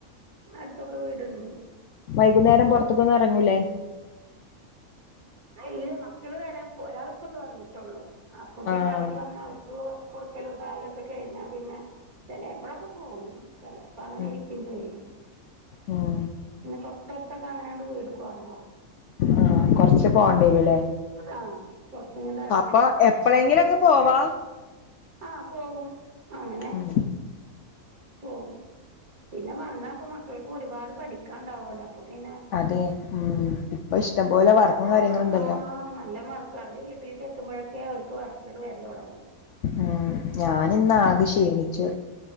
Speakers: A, on the right; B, on the left.
A: അടുത്തൊക്കെ വീടുണ്
B: വൈകുന്നേരം പൊറത്ത്ക്കൊന്നും എറങ്ങൂലേ?
A: ആ ഇല്ലേ മക്കള് വരാ പ് ഒരാൾ ഇപ്പണ്ട് വന്നിട്ടുള്ളൂ അപ്പൊ പിന്നെ
B: ആഹ്
A: അവര് വന്ന അവർക്ക് കൊടുക്കലുതാവലൊക്കെ കഴിഞ്ഞാ പിന്നെ ചെലേപ്പഴൊക്കെ പോകും. ചെലേപ്പങ്ങനെ
B: ഉം
A: ഇരിക്കും ചെയ്യും
B: ഉം
A: തൊട്ടടുത്തൊക്കങ്ങനെണ്ട് വീട് കൊറവാ
B: ആ ആ കൊറച്ച് പോണ്ടേരൂലേ
A: ആ കുറച്ചും കൂടെ
B: അപ്പൊ
A: പിന്നെ
B: എപ്പ്ളെങ്കിലൊക്കെ പോവാ
A: ആഹ് പോവും അങ്ങനെ
B: ഉം
A: പോവു പിന്നെ വന്നപ്പൊ മക്കൾക്കും ഒരുപാട് പഠിക്കാണ്ടാവൊലോ അപ്പൊ പിന്നെ
B: അതെ
A: <unintelligible>
B: ഉം ഇപ്പൊ ഇഷ്ടം പോലെ വർക്കും കാര്യങ്ങളും ഉണ്ടല്ലോ
A: ആഹ് നല്ലോം വർ അവര് വീട്ടിലേക്ക് എത്തുമ്പഴൊക്കെ അവർക്ക് വർക്കുകള് വരല് തൊടങ്ങും
B: ഉം ഞാനിന്ന് ആകെ ക്ഷീണിച്ചു